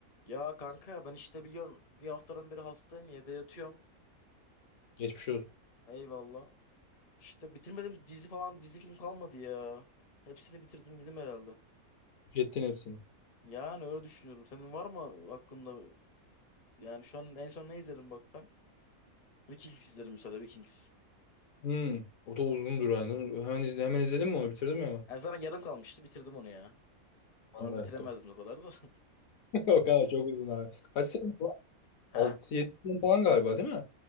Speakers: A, on the left; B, on the left.
A: Ya kanka ben işte biliyorsun bir haftadan beri hastayım evde yatıyorum.
B: Geçmiş olsun.
A: Eyvallah. İşte bitirmedim dizi falan dizi film kalmadı ya. Hepsini bitirdim gidim herhalde.
B: Tükettin hepsini.
A: Yani öyle düşünüyorum. Senin var mı aklında? Yani şu an en son ne izledim bak ben? Vikings izledim mesela Vikings.
B: Hmm. O da uzundur yani. Hemen, izle, hemen izledin mi onu? Bitirdin mi hemen?
A: En zaten yarım kalmıştı bitirdim onu ya.
B: Lan
A: Onu
B: Evet
A: bitiremezdim
B: doğru.
A: o kadar da. <laughs>
B: <laughs> O kadar çok uzun abi. Kaç sezon var?
A: Ha?
B: 6-7 sezon falan galiba değil mi?